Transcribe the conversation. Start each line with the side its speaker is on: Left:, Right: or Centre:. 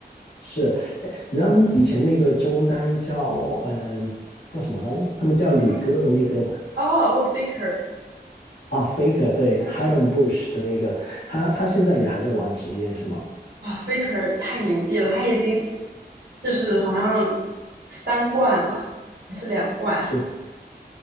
Left: 是。哎，你知道以前那个中单叫嗯、叫什么来着？他们叫李哥的那个
Right: <laughs>。宋哦哦，Faker
Left: 啊，Faker 对 h i d o n Bush 的那个，他他现在也还在玩职业是吗？
Right: 啊，Faker 太牛逼了，他已经就是好像三冠了，还是两冠，
Left: 是吗